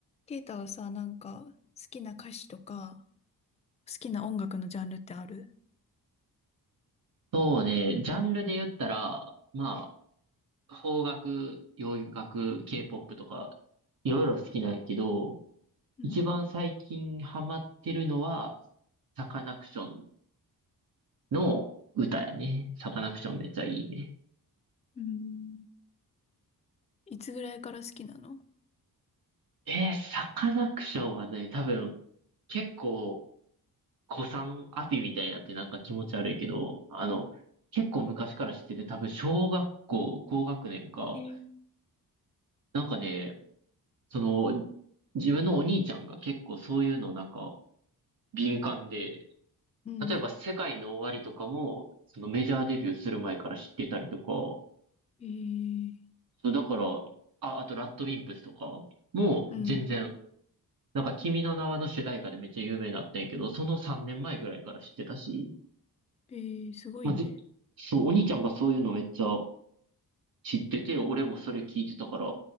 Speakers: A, on the left (about 20°); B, on the right (about 70°).
A: ケイタはさ、なんか、好きな歌手とか、好きな音楽のジャンルってある
B: そうね、ジャンルで言ったら、まあ、邦楽、洋楽、K-POP とか、いろいろ好きなんやけど、
A: うん。
B: 一番最近ハマってるのは、サカナクションの歌やね。サカナクションめっちゃいいね。
A: うーん。いつぐらいから好きなの
B: えー、サカナクションはね、多分、結構、古参アピみたいになってなんか気持ち悪いけど、あの、結構昔から知ってて、多分小学校、高学年か、
A: えー、
B: なんかね、その、自分のお兄ちゃんが結構そういうのなんか敏感で、
A: うん、
B: 例えば世界の終わりとかも、そのメジャーデビューする前から知ってたりとか、
A: えー、
B: そうだから、あ、あとラッドウィンプスとかも全然、
A: うん、
B: なんか君の名はの主題歌でめっちゃ有名だったんやけど、その3年前ぐらいから知ってたし、
A: えー、すごいね。
B: まあ、ぜそう、お兄ちゃんがそういうのめっちゃ知ってて、俺もそれ聞いてたから、